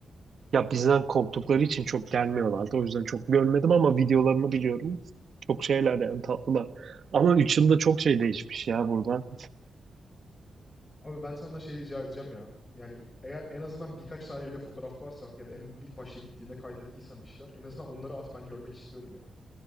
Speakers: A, on the right; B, on the left.
A: Ya bizden korktukları için çok gelmiyorlardı. O yüzden çok görmedim ama videolarını biliyorum. Çok şeyler de yani tatlılar. Ama 3 yılda çok şey değişmiş ya buradan.
B: Abi ben senden şey rica edeceğim ya. Yani eğer en azından birkaç tane bile fotoğraf varsa ya da en ilk başta gittiğinde kaydettiysen bir şeyler en azından onları at ben görmek istiyorum ya.